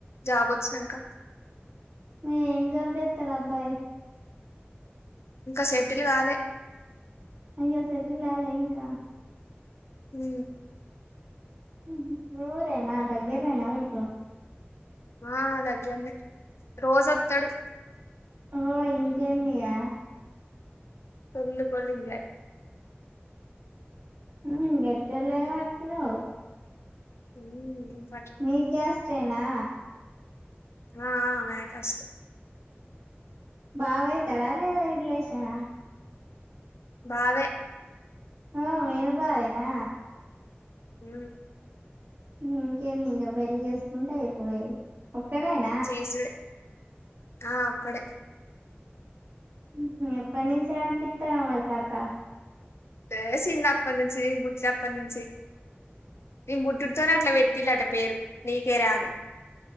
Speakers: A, on the left (about 80°); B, on the right (about 85°).
A: జాబ్ వచ్చినాక
B: ఏం జాబు చేత్తడు అబ్బాయి
A: ఇంకా సెటిలు కలే
B: అయ్యో సెటిలా అవలే ఇంకా
A: మ్
B: మ్ హు మ్ ఈ ఊరేనా దగ్గరేనా మీకు
A: ఆ.... దగ్గర్నే రోజూ వత్తడు
B: ఓయ్ ఇంకేంది ఇగ
A: పోలు పోలు ఎంజాయ్
B: ఉ గడ్ద్దల్లోనే పతరా
A: మ్
B: మీ కేష్టేనా
A: ఆ ఆ మా కేష్టె
B: బావ అయితాడ లేద రిలేషన్
A: బావే
B: ఓ మేనుబావే నా
A: మ్
B: మ్.. ఇంకేమి ఇక పెళ్లి చేసుకుంటే అయిపోయేది ఒక్కడేనా
A: చేసుడే ఆ ఒక్కడ
B: మ్.. ఎప్పటినుంచి ఆట తిప్పుతున్నావు మరి కథ
A: ఏ చిన్నప్పటి నుంచి బుట్టినప్పటి నుంచి నె బుట్టుడితోనే అట్లా పెట్ ఇల్లట పేరు నీకే రా అని